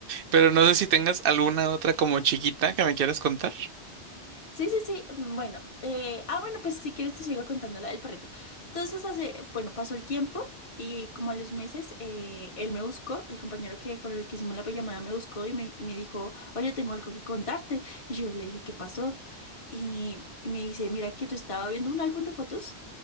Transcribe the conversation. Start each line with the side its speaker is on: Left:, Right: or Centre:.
Right: pero no sé si tengas alguna otra como chiquita que me quieras contar.
Left: Sí, sí, sí. mm, Bueno, eh, ah, bueno, pues si quieres te sigo contando la del perrito. Entonces, hace, bueno, pasó el tiempo y como a los meses, eh, él me buscó, el compañero que con el que hicimos la llamada me buscó y me, y me dijo, oye, tengo algo que contarte. Y yo le dije, ¿qué pasó? Y, y me dice, mira que yo estaba viendo un álbum de fotos